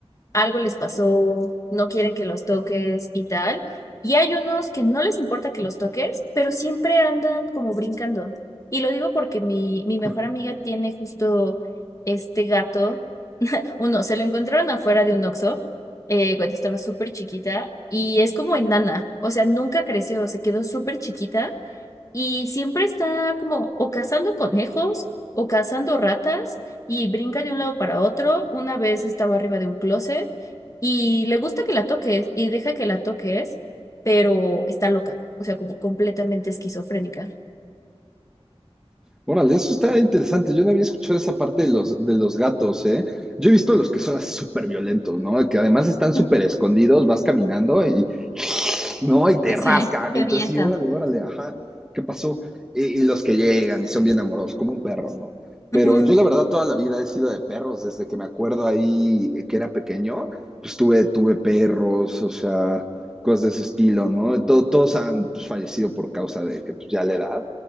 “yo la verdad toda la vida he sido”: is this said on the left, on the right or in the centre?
Centre